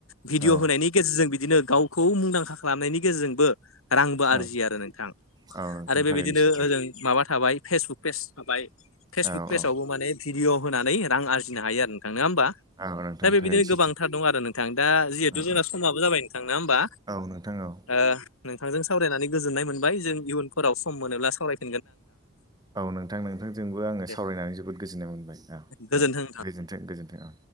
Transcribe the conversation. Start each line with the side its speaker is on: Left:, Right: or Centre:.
Left: भिडिअ'
Right: औ
Left: होनायनि गेजेरजों बिदिनो गावखौ मुंदांखा खालामनायनि गेजेरजोंबो रांबो
Right: औ
Left: आरजियो आरो नोंथां
Right: औ नोंथां
Left: आरो बेबायदिनो
Right: थारैनो सैथो
Left: ओजों माबा थाबाय फेसबुक पेज थाबाय फेसबुक
Right: औ
Left: पेजावबो
Right: औ
Left: माने भिडिअ' होनानै रां आरजिनो हायो आरो नोंथां नङा होमबा?
Right: औ नोंथां
Left: दा बेबायदिनो
Right: थारैनो सैथो
Left: गोबांथार दं आरो नोंथां दा जिहेथु
Right: औ
Left: जोंना समाबो जाबाय नोंथां नंङा होमबा
Right: औ नोंथां औ
Left: ओ नोंथांजों सावरायनानै गोजोननाय मोनबाय जों इयुनफोराव सम मोनोब्ला सावराय
Right: औ नोंथां नोंथांजोंबो आङो
Left: दे
Right: सावरायनानै जोबोद गोजोननाय मो नबाय औ
Left: गोजोन्थों
Right: दे
Left: नोंथां
Right: गोजोन्थों गोजोन्थों